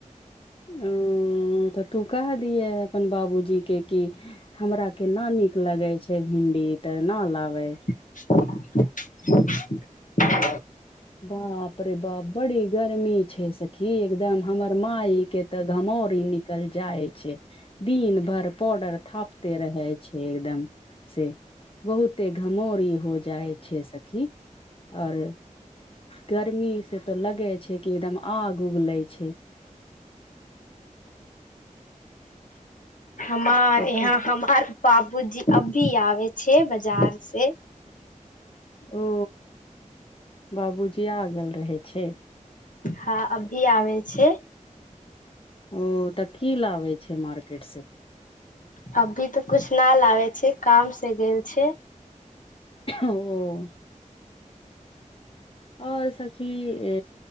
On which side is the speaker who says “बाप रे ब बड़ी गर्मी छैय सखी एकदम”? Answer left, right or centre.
Left